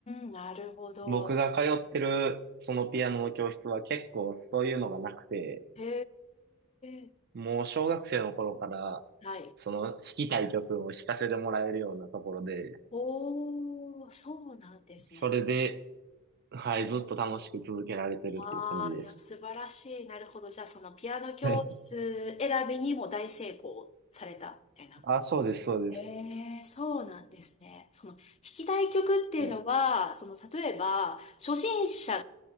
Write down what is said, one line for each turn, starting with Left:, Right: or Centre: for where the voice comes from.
Left: ん、なるほど。
Right: 僕が通ってるそのピアノの教室は結構そういうのがなくて、
Left: へえ。
Right: もう小学生の頃から
Left: はい。
Right: その弾きたい曲を弾かせてもらえるようなところで、
Left: おー、そうなんですね。
Right: それではい、ずっと楽しく続けられてるっていう感じです。
Left: ああ、いや、素晴らしい。なるほど。じゃあ、そのピアノ教室選びにも大成功されたみたいな。
Right: <laughs> はい。あ、そうです、そうです。
Left: ええ、そうなんですね。その、弾きたい曲っていうのは、
Right: はい。
Left: その、例えば、初心者